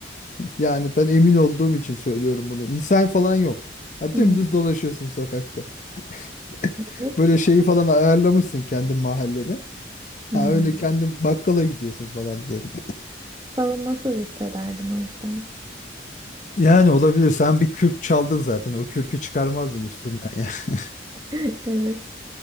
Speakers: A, on the left; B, on the right.
A: Yani ben emin olduğum için söylüyorum bunu. İnsan falan yok. Ya
B: Hmm,
A: dümdüz dolaşıyorsun sokakta. <laughs>
B: Yok
A: Böyle
B: ya.
A: şeyi falan ayarlamışsın kendi mahalleni.
B: hmm.
A: Ha öyle kendin bakkala gidiyorsun falan diyelim.
B: Savunmasız hissederdim o yüzden.
A: Yani olabilir. Sen bir kürk çaldın zaten. O kürkü çıkarmazdın üstünden ya. <laughs>
B: <laughs> Evet